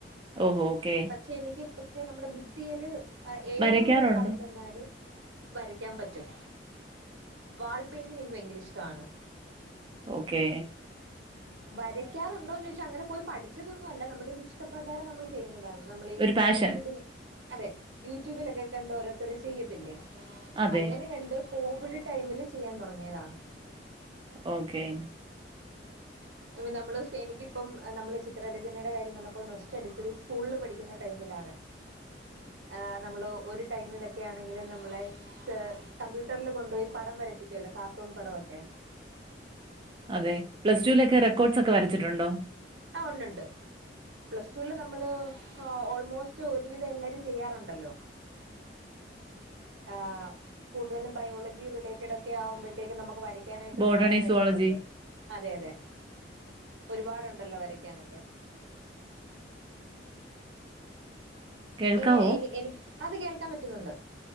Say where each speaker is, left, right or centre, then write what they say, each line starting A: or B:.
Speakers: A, on the right; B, on the right.
A: ഓഹോ ഓക്കെ.
B: പക്ഷെ എനിക്ക് പക്ഷെ നമ്മുടെ ഭിത്തിയില് ഏതൊരു
A: വരയ്ക്കാറുണ്ട്
B: പടം തന്നാലും. വരയ്ക്കാൻ പറ്റും വാൾ പെയിന്റിങ് എനിക്ക് ഭയങ്കര ഇഷ്ടമാണ്.
A: ഓക്കേ.
B: വരക്കാറുണ്ടോന്ന് ചോദിച്ചാ അങ്ങനെ പോയി പഠിച്ചതൊന്നല്ല നമ്മുടെ ഒരു ഇഷ്ടപ്രകാരം നമ്മള്. ചെയ്യുന്നതാണ് നമ്മൾ ഈ
A: ഒരു പാഷൻ
B: യൂട്യൂബില അതെ യൂട്യൂബിലൊക്കെ കണ്ട് ഓരോരുത്തര് ചെയ്യത്തില്ലേ.
A: അതെ
B: അങ്ങനെ കണ്ട് കോവിഡ് ടൈമില് ചെയ്യാൻ തുടങ്ങിയതാണ്.
A: ഓക്കേ.
B: ഇ നമ്മള് എനിക്കിപ്പം നമ്മള് ചിത്രരചനയുടെ കാര്യം വന്നപ്പോ നൊസ്. സ്റ്റഡീച്ചത് സ്കൂളിൽ പഠിക്കുന്ന ടൈമിലാണ്. ആഹ് നമ്മള് ഒരു ടൈമിലൊക്കെ ആണെങ്കില് നമ്മളെ കമ്പ്യൂട്ടറില് കൊണ്ടുപോയി പടം വരപ്പിക്കുല്ലോ കാർട്ടൂൺ പട വൊക്കെ.
A: അതെ, പ്ലസ്ടുവിലൊക്കെ റെക്കോഡ്സ് ഒക്കെ വരച്ചിട്ടുണ്ടോ?
B: ആഹ് ഉണ്ട് ഉണ്ട്. പ്ലസ് ടുവില് നമ്മള് ഓൾമോസ്റ്റ് ഒരുവിധം എല്ലാരും ചെയ്യാറുണ്ടല്ലോ. ആഹ്, കൂടുതലും ബയോളജി റിലേറ്റഡ് ഒക്കെ ആവുമ്പോഴത്തേക്ക് നമ്മക്ക് വര വരക്കാനായിട്ട്
A: ബോട്ടണി
B: ഒരുപാട് കാര്യങ്ങളുണ്ട്
A: സുവോളജി
B: അതെ അതെ ഒരുപാടുണ്ടല്ലോ വരക്കാനൊക്കെ.
A: കേൾക്കാവോ
B: ഇനി എനി എനി അത് കേൾക്കാൻ പറ്റുന്നുണ്ട്.